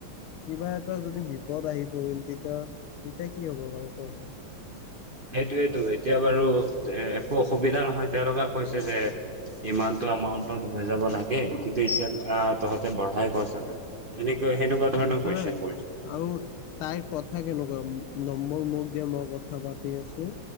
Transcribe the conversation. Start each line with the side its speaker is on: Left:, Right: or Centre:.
Left: কিবা এট টা যদি বিপদ আহি পৰিল তেতিয়া তেতিয়া কি হ'ব বাৰু কোৱাচোন?
Right: সেইটোৱেতো, এতিয়া বাৰু এ একো অসুবিধা নহয় তেওঁলোকে কৈছে যে ইমানটো এমাউন্টত হৈ যাব লাগে কিন্তু এতিয়া আ তহঁতে বঢ়াই <unintelligible> এনেকৈ সেনেকুৱা ধৰণৰ
Left: দেখা
Right: কুৱেশন
Left: নাই
Right: কৰিছে।
Left: আৰু তাইৰ কথা কেনেকুৱা, নম্বৰ মোক দে মই কথা পাতি আছো।